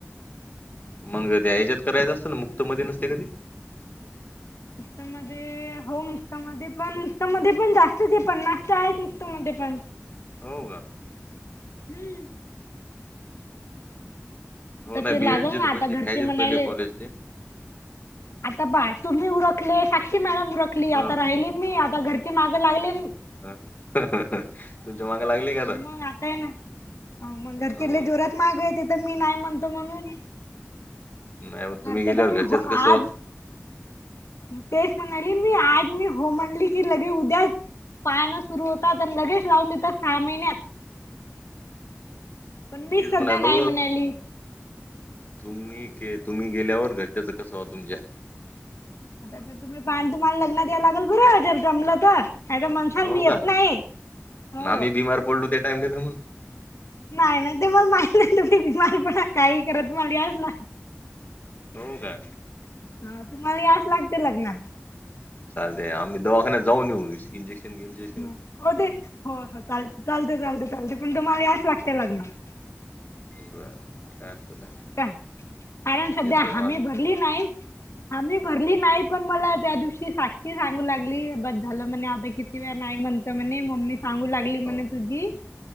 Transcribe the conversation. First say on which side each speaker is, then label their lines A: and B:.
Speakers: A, on the left; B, on the left.
A: मग त्या याच्यात करायचं असतं ना मुक्त मध्ये नसते का ते.
B: उतमध्येध्ये <unintelligible> हो मुक्ता मध्ये पण मुक्त मध्ये पण जास्तच आहे पन्नास त आहेच मुक्त मध्ये पण
A: हो का
B: हम्म
A: हो
B: तर
A: नाही
B: ते
A: बीएडचे
B: लागल ना
A: तर
B: आता
A: पैसे
B: घरचे
A: घ्यायचेत
B: म्हणायले
A: पहिले कॉलेजचे
B: आता बा तुम्ही उरखले साक्षी मॅडम उरखली
A: हो
B: आता राहिली मी आता घरचे मागं लागले
A: हा हा ह मागे लागले का आता
B: मग आताय ना मग घरचे
A: हो
B: लय जोरात माग आहे तिथ मी नाही म्हणतो म्हणून <unintelligible>
A: नाही मग तुम्ही गेल्यावर घरच्याच कसं व्हावं?
B: तेच म्हणाली मी आज मी हो म्हटली की लगे उद्याच पाहा ना सुरू होतात आणि लगेच लावून देतात सहा महिन्यात पण मी
A: तेच
B: सध्या
A: म्हणालो
B: नाही म्हणाली.
A: तुम्ही के तुम्ही गेल्यावर घरच्याच कस ओ तुमच्या
B: आ ते तुम्ही पान तुमान लग्नात या लागेल बरं जर जमलं तर, नाही तर म्हणचाल
A: हो
B: मी येत
A: का
B: नाही,
A: आणि
B: हो.
A: आम्ही बीमार पडलो त्या टाईम ले मग,
B: नाही ना ते मला माहित नाही बिमार पडा काही करा तुम्हाला यायलाच लागत.
A: हो का
B: हा तुम्हाला याच लागतय लग्नात
A: चालतय, आम्ही दवाखान्या जाऊन येऊ इंजेक्शन घेऊ म्हणजे
B: मग तेच हो हो चाल चालते चालते चालते पण तुम्हाला याच लागते लग्नात.
A: बर काय अर्थ नाही
B: काय कारण सध्या
A: येतो,
B: हमी
A: आज
B: भरली नाही आम्ही भरली नाही. पण मला त्या दिवशी साक्षी सांगू लागली बस झालं म्हणे आता किती वेळ नाही म्हणत म्हणे मम्मी सांगू लागली. म्हणत
A: हो
B: होती